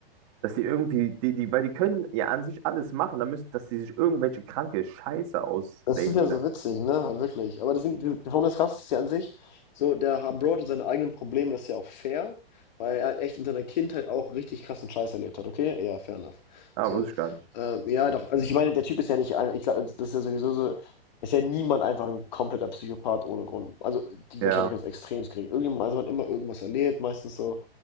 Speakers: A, on the right (about 30°); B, on the left (about 45°).
A: dass die irgendwie, die, die, weil die können ja an sich alles machen, dann müssen, dass die sich irgendwelche kranke Scheiße ausdenken
B: Das ist ja so
A: dann.
B: witzig, ne? Halt wirklich. Aber das sind, die- die Formel krass. ist ja an sich, so, der Har- Bro hatte seine eigenen Probleme, das ist ja auch fair, weil er halt echt in seiner Kindheit auch richtig krassen Scheiß erlebt hat, okay? Ja, fair enough.
A: Ah,
B: So.
A: wusste ich gar nicht.
B: Ähm, ja, doch. Also ich meine, der Typ ist ja nicht, ein- ich glaube, das ist ja sowieso so, ist ja niemand einfach ein kompletter Psychopath ohne Grund. Also die
A: Ja.
B: Wahrscheinlichkeit ist extrem gering. Irgendjemand, also hat immer irgendwas erlebt, meistens so